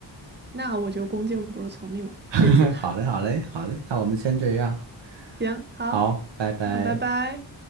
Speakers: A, on the right; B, on the right.
A: 那我就恭敬不如从命了，
B: <laughs>
A: 谢谢。
B: 好嘞，好嘞，好嘞，那我们先这样，
A: 行，好，
B: 好，拜拜。
A: 那拜拜。